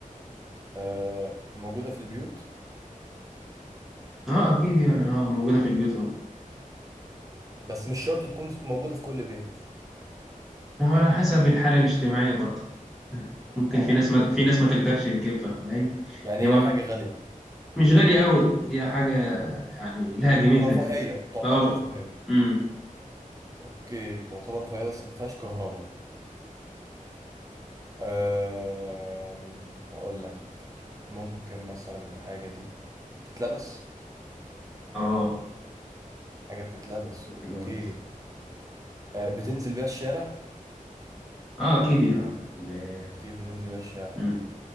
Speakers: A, on the right; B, in the centre.
A: آه موجودة في البيوت
B: اه اكيد يعني اه موجوده في البيوت اهو
A: بس مش شرط تكون موجودة في كل بيت
B: ما هو على حسب الحالة الاجتماعية برضه ممكن
A: على
B: في ناس ما في
A: يب-
B: ناس ما تقدرش تجيبها فاهم
A: يعني
B: هي ما-
A: هي حاجة غالية
B: مش غالية قوي هي حاجة يعني لها قيمتها
A: رفاهية
B: كده
A: تعتبر
B: اه
A: رفاهية
B: امم
A: اوكي تعتبر رفاهية بس ما فيهاش كهرباء آه اقول لك ممكن مثلا الحاجة دي تتلبس
B: اه
A: حاجة بتتلبس
B: الجواز.
A: اوكي آه بتنزل بيها الشارع
B: اه اكيد يعني ده-
A: اكيد بتنزل بيها الشارع
B: امم